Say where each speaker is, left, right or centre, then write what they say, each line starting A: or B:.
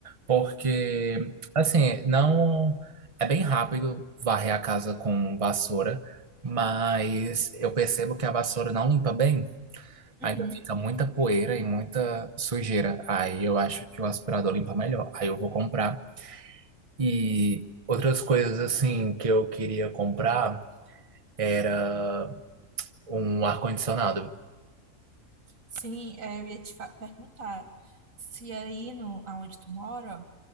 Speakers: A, on the right; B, on the right.
A: Porque, assim, não. É bem rápido varrer a casa com vassoura, mas eu percebo que a vassoura não limpa bem.
B: Uhum.
A: Ainda fica muita poeira e muita sujeira. Aí eu acho que o aspirador limpa melhor. Aí eu vou comprar. E outras coisas assim que eu queria comprar era um ar-condicionado.
B: Sim, é, eu ia te fa- perguntar se aí no, aonde tu mora,